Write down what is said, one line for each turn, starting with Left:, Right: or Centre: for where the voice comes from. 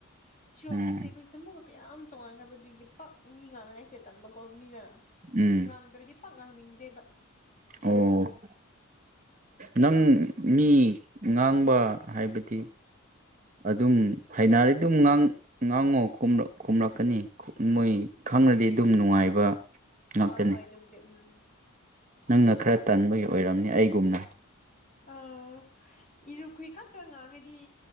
Left: ꯁꯤꯔꯣꯝꯒꯤꯁꯦ
Right: ꯎꯝ
Left: ꯑꯩꯈꯣꯏꯁꯦ ꯃꯨꯛꯀ ꯀꯌꯥꯝ ꯇꯣꯉꯥꯟꯈ꯭ꯔꯕ ꯑꯗꯨꯒꯤ ꯄꯛ ꯃꯤ ꯉꯥꯡꯅꯉꯥꯏꯁꯦ ꯇꯟꯕꯀꯣ ꯃꯤꯅ
Right: ꯎꯝ
Left: ꯉꯥꯡꯗ꯭ꯔꯗꯤ ꯄꯥꯛ ꯉꯥꯡꯅꯤꯡꯗꯦꯕ
Right: ꯑꯣ ꯅꯪ ꯃꯤ ꯉꯥꯡꯕ ꯍꯥꯏꯕꯗꯤ ꯑꯗꯨꯝ ꯍꯩꯅꯔꯤ ꯑꯗꯨꯝ ꯉꯥꯡ ꯉꯥꯡꯉꯣ ꯈꯨꯝꯔꯛ ꯈꯨꯝꯔꯛꯀꯅꯤ ꯃꯣꯏ ꯈꯪꯔꯗꯤ ꯑꯗꯨꯝ ꯅꯨꯡꯉꯥꯏꯕ ꯉꯥꯛꯇꯅꯤ
Left: ꯍꯣꯏ ꯍꯣꯏ ꯑꯗꯨꯕꯨꯗꯤ ꯎꯝ
Right: ꯅꯪꯅ ꯈꯔ ꯇꯟꯕꯒꯤ ꯑꯣꯏꯔꯝꯅꯤ ꯑꯩꯒꯨꯝꯅ
Left: ꯑꯥ ꯏꯔꯨꯞꯈꯣꯏ ꯈꯛꯇ ꯉꯥꯡꯉꯗꯤ